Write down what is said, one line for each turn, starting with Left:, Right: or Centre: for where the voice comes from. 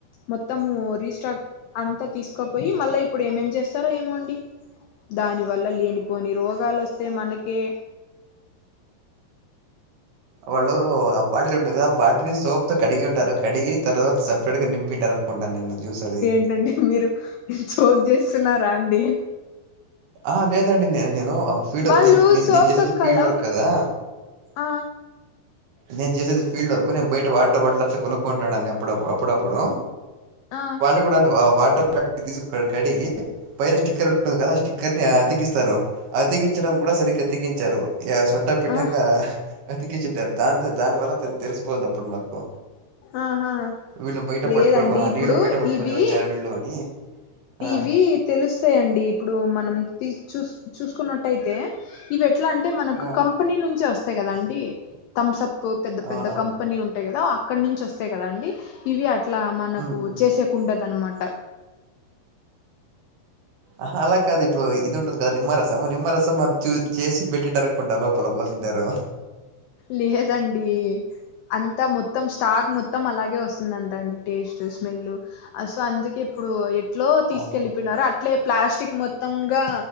Left: మొత్తము రీస్టాక్ అంతా తీసుకోపోయి మళ్ళా ఇప్పుడు ఏమేం చేస్త స్తార ఏమోండి దాని వల్ల లేనిపోని రోగాలు వస్తే మనకే
Right: వాళ్ళు ఆ బాటిల్ ఉంటది. కాదా ఆ బ్యాటరీ ని సోప్ తో కడిగి ఉంటారు. కడిగి తరువాత స ఇప్పుడుగా నింపి ఉంటారు. అనుకుంటాను నిన్న జ్యూస్ అది
Left: ఏంటండి మీరు <unintelligible> జోక్ చేస్తున్నారా అండి
Right: ఆ లేదండి నే నేను ఫీల్డ్
Left: వాళ్ళు
Right: నే నే
Left: సోప్
Right: నేను చేసేది
Left: తో కలవ
Right: ఫీల్డ్ వర్క్ కదా
Left: ఆ
Right: నేను చేసేది ఫీల్డ్ వర్క్ నేను బయట వాడ వాడ్లు అట్లా కొనుక్కుంటాడని ఎప్పుడప్పుడు అప్పుడప్పుడు
Left: ఆ
Right: వాళ్ళు కూడా వాటర్ బాటిల్ తీసుకు కడిగి పైన స్టిక్కర్ ఉంటుంది. కదా స్టిక్కర్ ని అతికిస్తారు. అతికిించడం. కూడా సరిగ్గా అతికించారు. ఇగ సొట్టపిట్టంగా
Left: ఆ
Right: అతికిచ్చ దానివల్ల తెలిసిపోయింది. అప్పుడు మాకు
Left: ఆహాహా
Right: వీళ్ళు బయట
Left: లేదండి
Right: పట్టుకో
Left: ఇప్పుడు
Right: నీళ్లు బయట పట్టుకోని
Left: ఇవి
Right: వచ్చారు వీళ్ళు అని ఆ!
Left: ఇవి తెలుస్తాయండి. ఇప్పుడు మనం చూసు చూసుకున్నట్టయితే ఇవి ఎట్లా అంటే మనకు
Right: ఆ!
Left: కంపెనీ నుంచే వస్తాయి. కదా ఆండి థమ్స అప్ పెద్ద
Right: అవునవును.
Left: పెద్ద కంపెనీ ఉంటాయి. కదా అక్కడ నుంచి వస్తయి వస్తే కదండి. ఇవి అట్లా మనకు
Right: హ్మ్. హ్మ్.
Left: చేసేకుండదు అన్నమాట
Right: ఆహా అలా కాదు ఇప్పుడు ఇది ఉంటుంది. కదా నిమ్మరసము నిమ్మరసం చూ చేసి పెట్టింటారు. అనుకుంటారు లోపల పోసింటారు.
Left: లేదండి అంతా మొత్తం స్టాక్ మొత్తం అలాగే వస్తుందటండి. టేస్ట్ స్మెల్ సో అందుకే ఇప్పుడు ఎట్లో తీసుకెళ్ళలిపోయినారు.
Right: అవును
Left: అట్లే ప్లాస్టిక్ మొత్తంగా